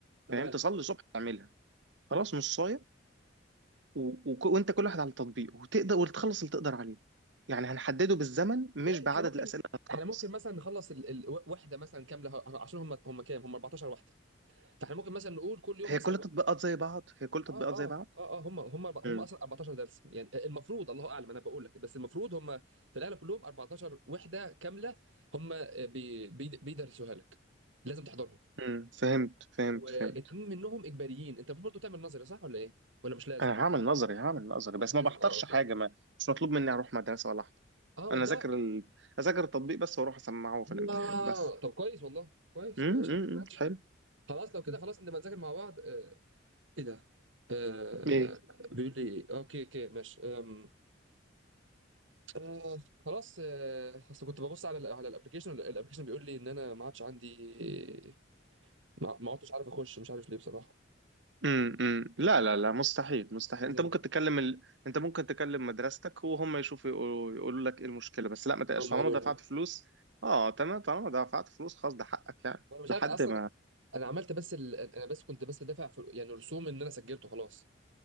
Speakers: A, on the right; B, on the right.
A: تمام
B: فاهم تصلي الصبح تعملها خلاص نصايه و... و... وانت كل واحد على التطبيق وتقدر وتخلص اللي تقدر عليه يعني هنحدده بالزمن مش
A: ما-
B: بعدد
A: احنا ممكن
B: الاسئله اللي هتخلص
A: احنا ممكن مثلا نخلص ال... ال... وحده مثلا كامله ه- عشان هم هم كام هم 14 وحده فاحنا ممكن مثلا نقول كل يوم
B: هي
A: مثلا
B: كل التطبيقات زي بعض هي كل التطبيقات
A: اه اه
B: زي بعض
A: اه اه هم هم هم
B: مم.
A: اصلا 14 درس يعني المفروض الله اعلم انا بقول لك بس المفروض هم في الاغلب كلهم 14 وحده كامله هم بي بي بيدرسوها لك لازم تحضرهم
B: امم فهمت فهمت
A: واتنين
B: فهمت
A: منهم اجباريين انت المفروض برضه تعمل نظري صح ولا ايه ولا مش لازم
B: انا هعمل نظري هعمل نظري بس
A: لازم
B: ما بحضرش
A: اه اوكي
B: حاجه ما مش مطلوب مني اروح مدرسه ولا احضر
A: اه والله
B: انا اذاكر ال... اذاكر التطبيق بس واروح اسمعه في الامتحان
A: آه.
B: بس
A: طب كويس والله كويس
B: امم
A: ماشي
B: أمم، أمم،
A: ماشي
B: حلو
A: خلاص لو كده
B: أمم.
A: خلاص نبقى نذاكر مع بعض آه. ايه ده آه.
B: ايه
A: بيقول لي اوكي اوكي ماشي آم. آه خلاص آه اصل كنت ببص على ال على الابلكيشن الابلكيشن بيقول لي ان انا ما عادش عندي ما ما عدتش عارف اخش مش عارف ليه بصراحه
B: امم أمم. لا لا لا مستحيل مستحيل
A: لازم
B: انت ممكن تكلم ال... انت ممكن تكلم مدرستك وهم يشوفوا يقولوا, يقولوا لك ايه المشكله بس لا ما تقلقش
A: هم
B: طالما
A: قالوا
B: دفعت
A: لها
B: فلوس اه تمام طالما دفعت فلوس خلاص ده حقك يعني
A: وانا مش
B: لحد
A: عارف اصلا
B: ما
A: انا عملت بس ال... انا بس كنت بس دافع في يعني رسوم ان انا سجلته خلاص